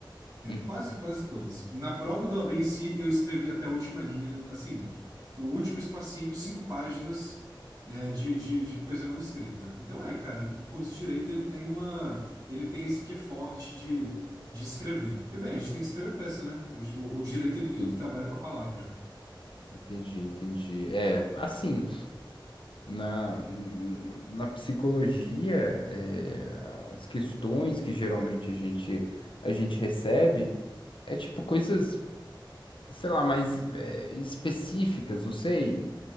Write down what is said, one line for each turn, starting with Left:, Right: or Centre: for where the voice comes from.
Left: Uhum.
Right: Quase, quase todos. Na prova da OAB em si, eu escrevi até a última linha, assim, o último espacinho, cinco páginas é, de, de, de coisa manuscrita. Então é, cara, o curso de Direito, ele tem uma... Ele tem esse que forte de, de escrever. Porque, bem, a gente tem que escrever peça, né? O, o Direito, ele, ele
Left: Sim.
Right: trabalha com a palavra.
Left: Entendi, entendi. É, assim, na, na psicologia, é, as questões que geralmente a gente, a gente recebe é tipo coisas, sei lá, mais é, específicas, não sei.